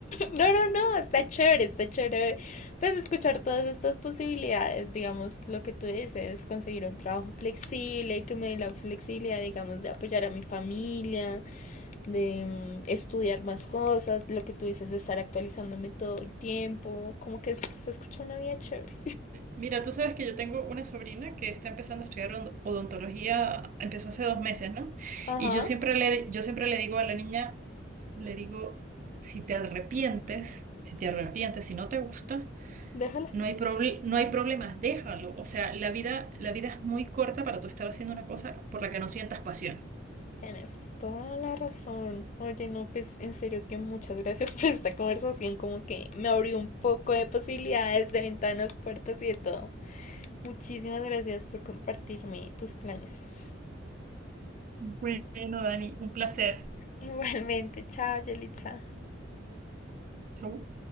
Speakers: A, on the left; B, on the right.
A: No, no, no, está chévere, está chévere. Pues escuchar todas estas posibilidades, digamos, lo que tú dices, conseguir un trabajo flexible, que me dé la flexibilidad, digamos, de apoyar a mi familia, de mm, estudiar más cosas, lo que tú dices de estar actualizándome todo el tiempo, como que se escucha una vida chévere.
B: Mira, tú sabes que yo tengo una sobrina que está empezando a estudiar od- odontología, empezó hace dos meses, ¿no?
A: Ajá,
B: Y yo siempre le, yo siempre le digo a la niña, le digo, si te arrepientes, si te arrepientes, si no te gusta,
A: déjala.
B: No hay proble- no hay problemas, déjalo. O sea, la vida, la vida es muy corta para tú estar haciendo una cosa por la que no sientas pasión.
A: Tienes toda la razón. Oye, no, pues en serio que muchas gracias <laughs> por esta conversación, como que me abrió un poco de posibilidades, de ventanas, puertas y de todo. Muchísimas gracias por compartirme tus planes.
B: Bueno, Dani, un placer.
A: <laughs> Igualmente, chao, Yelitza.
B: Chau.